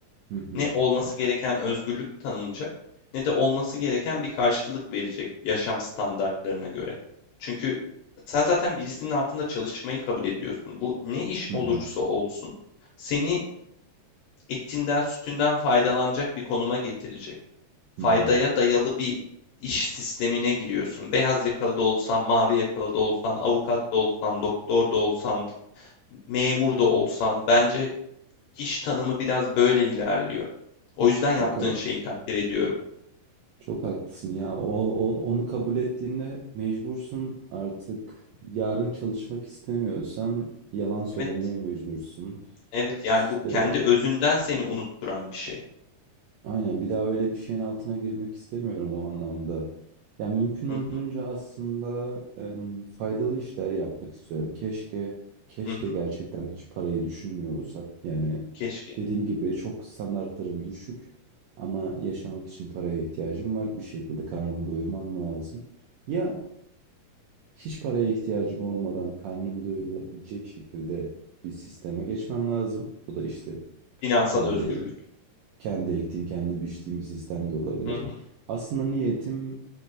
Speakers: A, on the right; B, on the left.
A: Hı hı.
B: ne olması gereken özgürlük tanınacak, ne de olması gereken bir karşılık verecek yaşam standartlarına göre. Çünkü sen zaten birisinin altında çalışmayı kabul ediyorsun. Bu ne iş
A: Hı
B: olursa
A: hı.
B: olsun seni etinden sütünden faydalanacak bir konuma getirecek. Faydaya
A: Hı hı.
B: dayalı bir iş sistemine giriyorsun. Beyaz yakalı da olsan, mavi yakalı da olsan, avukat da olsan, doktor da olsan, memur da olsan bence İş tanımı biraz böyle ilerliyor. O yüzden yaptığın
A: Çok haklısın.
B: şeyi takdir ediyorum.
A: Çok haklısın ya. O, o- onu kabul ettiğinde mecbursun artık. Yarın çalışmak istemiyorsan yalan söylemeye
B: Evet,
A: mecbursun.
B: evet yani
A: İşte
B: bu kendi özünden seni unutturan bir şey.
A: Aynen bir daha öyle bir şeyin altına girmek istemiyorum o anlamda. Ya mümkün olduğunca
B: Hı hı,
A: aslında em, faydalı işler yapmak istiyorum. Keşke keşke
B: hı hı,
A: gerçekten hiç parayı düşünmüyor olsam. Yani
B: keşke.
A: dediğim gibi çok standartlarım düşük ama yaşamak için paraya ihtiyacım var. Bir şekilde karnımı doyurmam lazım. Ya hiç paraya ihtiyacım olmadan karnımı doyurulabilecek şekilde bir sisteme geçmem lazım. Bu da işte
B: Finansal
A: e, kendi
B: özgürlük.
A: kendi ektiğim, kendi biçtiğim bir sistem de olabilir.
B: Hı hı,
A: Aslında niyetim